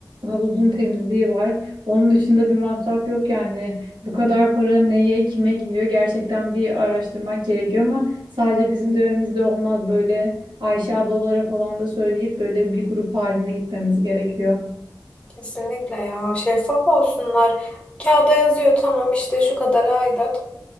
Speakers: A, on the right (about 90°); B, on the left (about 15°).
A: havuzun temizliği var. Onun dışında bir masraf yok yani. Bu kadar para neye, kime gidiyor gerçekten bir araştırmak gerekiyor ama sadece bizim dönemimizde olmaz. Böyle Ayşe ablalara falan da söyleyip böyle bir grup halinde gitmemiz gerekiyor.
B: Kesinlikle ya şeffaf olsunlar. Kağıda yazıyor tamam işte şu kadar aidat,